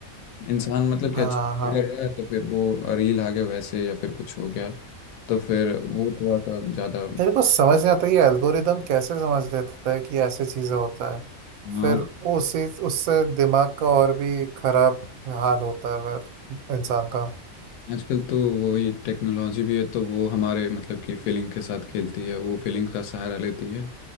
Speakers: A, on the left (about 90°); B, on the right (about 90°).
A: इंसान मतलब कि
B: हाँ
A: अच्छा
B: हाँ
A: करेगा तो फिर वो रील आ गया वैसे या फिर कुछ हो गया तो फिर वो थोड़ा सा ज़्यादा
B: मेरे को समझ नहीं आता ये एल्गोरिदम कैसे समझ लेता है कि ऐसे चीजें होता है
A: आज
B: फिर वो उसी उससे दिमाग का और भी खराब हाल होता है फिर इंसान का
A: आजकल तो वही टेक्नोलॉजी भी है तो वो हमारे मतलब कि फीलिंग के साथ खेलती है वो फीलिंग्स का सहारा लेती है